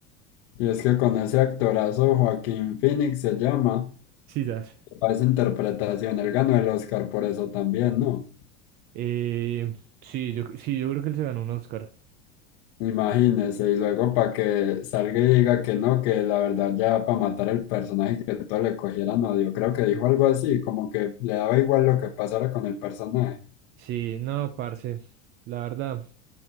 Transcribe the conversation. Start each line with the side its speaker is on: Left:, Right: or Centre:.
Left: Y es que con ese actorazo, Joaquín Phoenix se llama,
Right: Sisas.
Left: para esa interpretación, él ganó el Oscar por eso también, ¿no?
Right: Eh, sí, yo, sí, yo creo que él se ganó un Oscar.
Left: Imagínese, y luego para que salga y diga que no, que la verdad ya para matar el personaje que todo le cogieran odio, creo que dijo algo así, como que le daba igual lo que pasara con el personaje.
Right: Sí, no, parce, la verdad,